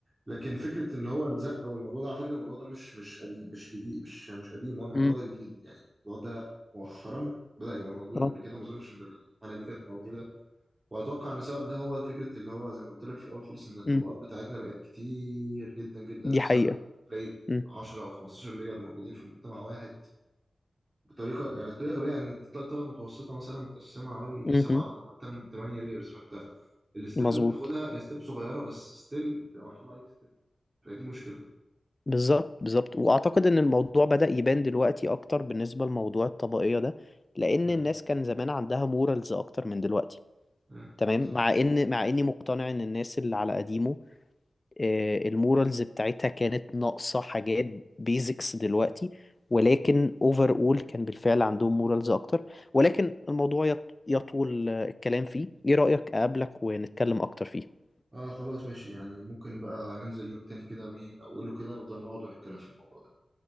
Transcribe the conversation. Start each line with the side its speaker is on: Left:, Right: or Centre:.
Right: لكن فكرة إن هو الزق والموضوع ده على فكرة الموضوع ده مش مش قديم مش جديد مش مش قديم هو الموضوع
Left: امم
Right: ده جديد يعني الموضوع ده مؤخرا بدأ يبقى موجود
Left: اه
Right: قبل كده ما أظنش إن الحالة دي كانت موجودة وأتوقع إن السبب ده هو فكرة اللي هو زي ما قلت لك في الأول خالص إن الطبقات
Left: م-
Right: بتاعتنا بقت كتير جدا جدا
Left: دي
Right: مثلا
Left: حقيقة
Right: تلاقي
Left: مم.
Right: 10 أو 15 لير موجودين في مجتمع واحد بطريقه يعني بطريقه غبيه يعني انت تطلع الطبقه المتوسطه مثلا متقسمه حوالي
Left: مهم.
Right: سبعه او حتى ثمانيه لايرز فانت الستيب
Left: مظبوط
Right: اللي بتاخدها هي ستيب صغيره بس ستيل بتبقى محسوب عليك ستيب فدي مشكله
Left: بالظبط بالظبط واعتقد ان الموضوع بدأ يبان دلوقتي اكتر بالنسبة لموضوع الطبقية ده لان
Right: مم.
Left: الناس كان زمان عندها مورالز اكتر من دلوقتي
Right: مم.
Left: تمام
Right: بالظبط
Left: مع ان مع اني مقتنع ان الناس اللي على قديمه آه، المورالز بتاعتها كانت ناقصة حاجات بيزكس دلوقتي ولكن اوفر اول كان بالفعل عندهم مورالز اكتر ولكن الموضوع يط- يطول آه، الكلام فيه ايه رأيك اقابلك ونتكلم اكتر فيه
Right: اه خلاص ماشي يعني ممكن بقى ننزل يوم تاني كده ميم اوله كده ونفضل نقعد ونتكلم في الموضوع ده